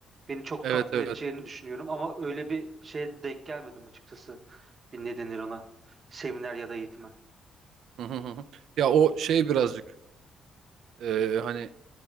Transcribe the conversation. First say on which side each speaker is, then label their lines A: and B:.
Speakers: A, on the right; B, on the right.
A: beni çok
B: Evet
A: tatmin
B: evet.
A: edeceğini düşünüyorum. Ama öyle bir şeye de denk gelmedim açıkçası. Bir ne denir ona? Seminer ya da eğitime.
B: Hı hı hı hı. Ya o şey birazcık e, hani